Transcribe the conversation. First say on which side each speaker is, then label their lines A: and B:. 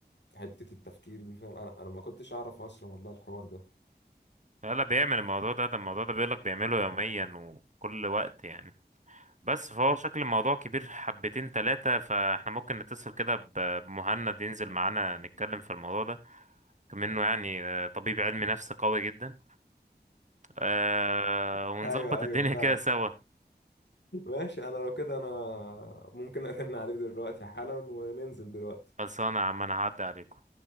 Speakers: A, on the left; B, on the right.
A: حتة التفكير دي فاهم انا انا ما كنتش اعرف اصلا والله الحوار ده
B: لا لا بيعمل الموضوع ده ده الموضوع ده بيقول لك بيعمله يوميا وكل وقت يعني بس فهو شكل الموضوع كبير حبتين تلاتة فاحنا ممكن نتصل كده ب- بمهند ينزل معانا نتكلم في الموضوع ده كم انه يعني آه، طبيب علم نفس قوي جدا آه،
A: <laughs>
B: ونظبط
A: ايوه
B: الدنيا
A: ايوه فعلا
B: كده سوا
A: ماشي انا لو كده انا ممكن ارن عليه دلوقتي حالا وننزل دلوقتي
B: خلصانة يا عم انا هعدي عليكم